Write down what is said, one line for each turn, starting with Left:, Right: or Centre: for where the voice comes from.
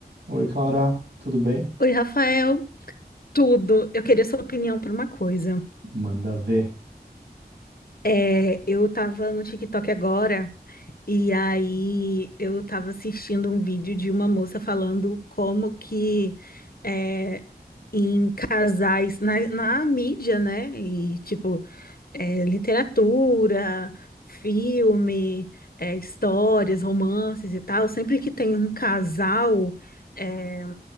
Right: Oi, Clara, tudo bem?
Left: Oi, Rafael, tudo. Eu queria sua opinião por uma coisa.
Right: Manda ver.
Left: É, eu tava no TikTok agora e aí eu tava assistindo um vídeo de uma moça falando como que é, em casais, na, na mídia, né? E tipo, é, literatura, filme, é, histórias, romances e tal, sempre que tem um casal. é,